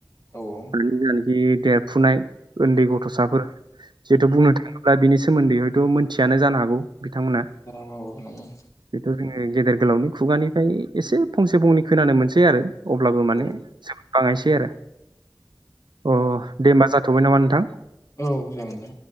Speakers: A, on the left (about 40°); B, on the right (about 70°).
A: औ औ
B: <unintelligible> देरफुनाय उन्दै गथ'साफोर जिहेतु बुंनो थाङोब्ला बिनि स सोमोन्दै हयथ' मिथियानो जानो हागौ। बिथांमोना
A: औ-औ नांगौ‌।
B: बेथ' जोङो गेदेर गोलावनि खुगानिफ्राय एसे फंसे फंनै खोनानो मोनसै आरो अब्लाबो माने
A: औ
B: बाङायसै आरो अ दे होमबा जाथ'बाय नामा नोंथां।
A: औ जागोन दे